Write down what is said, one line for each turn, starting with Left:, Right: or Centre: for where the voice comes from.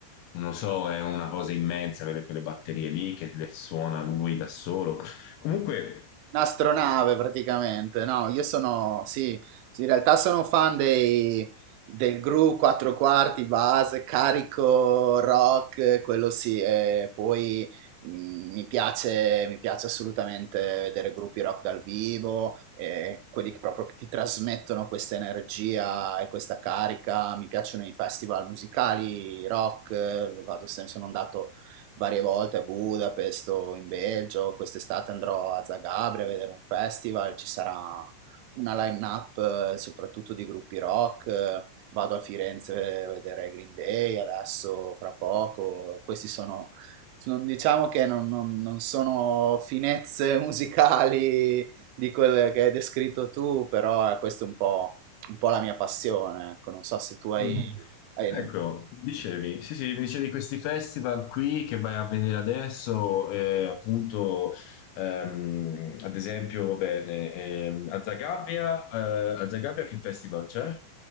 Left: non so, è una cosa immensa, quelle, quelle batterie lì, che le suona lui da solo, Comunque,
Right: Un'astronave praticamente, no, io sono, sì, sì, in realtà sono fan dei, del Gru 4 quarti, base, carico, rock, quello sì, e poi mh, mi piace, mi piace assolutamente vedere gruppi rock dal vivo, e quelli che proprio ti trasmettono questa energia e questa carica, mi piacciono i festival musicali, rock, eh, vado, sempre- sono andato varie volte a Budapest o in Belgio. Quest'estate andrò a Zagabria a vedere un festival, ci sarà una line-up eh, soprattutto di gruppi rock. eh, Vado a Firenze a vedere Green Day adesso, fra poco. e Questi sono, non- diciamo che non, non- non sono finezze <laughs> musicali di quelle che hai descritto tu, però eh, questa è un po', un po' la mia passione. Ecco, non so se tu hai,
Left: mm,
Right: Mm. hai
Left: ecco, mi dicevi, sì, sì, mi dicevi di questi festival qui che vai a vedere adesso, eh, appunto, ehm, ad esempio, va bene, ehm, a Zagabria, eh, a Zagabria che festival c'è?